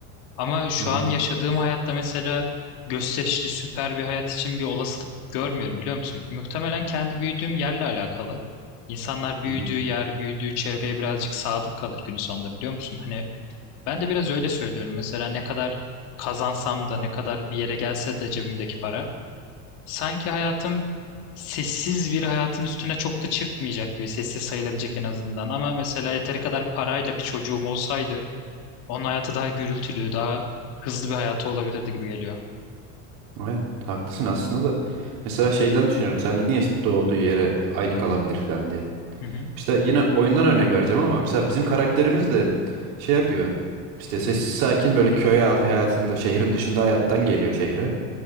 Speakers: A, on the left; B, on the right.
A: Ama şu
B: Hı hı.
A: an yaşadığım hayatta mesela gösterişli süper bir hayat için bir olasılık görmüyorum biliyor musun? Muhtemelen kendi büyüdüğüm yerle alakalı. İnsanlar büyüdüğü
B: Hı hı.
A: yer, büyüdüğü çevreye birazcık sadık kalır günün sonunda biliyor musun? Hani ben de biraz öyle söylüyorum. Mesela ne kadar kazansam da ne kadar bir yere gelse de cebimdeki para. Sanki hayatım sessiz bir hayatın üstüne çok da çıkmayacak gibi sessiz sayılabilecek en azından. Ama mesela yeteri kadar parayla bir çocuğum olsaydı onun hayatı daha gürültülü, daha hızlı bir hayatı olabilirdi gibi geliyor.
B: Evet haklısın aslında da. Mesela şeyden düşünüyorum. Sen dedin ya işte doğduğu yere aynı kalabilir falan diye.
A: Hı hı.
B: İşte yine oyundan örnek vereceğim ama mesela bizim karakterimiz de şey yapıyor. İşte sessiz sakin böyle köy hayat- hayatında şehrin dışında hayattan geliyor şehre.